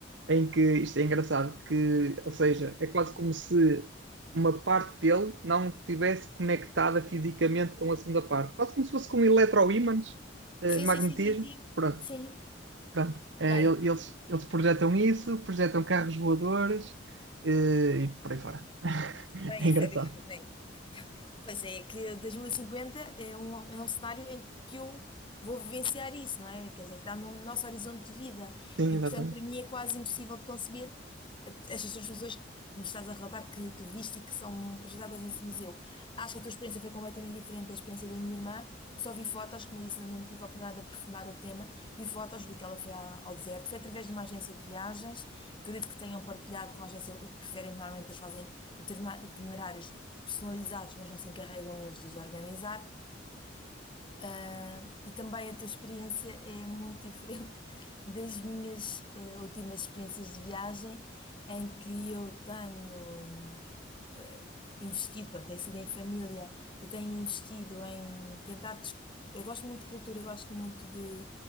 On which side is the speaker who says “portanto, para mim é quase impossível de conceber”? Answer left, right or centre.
Left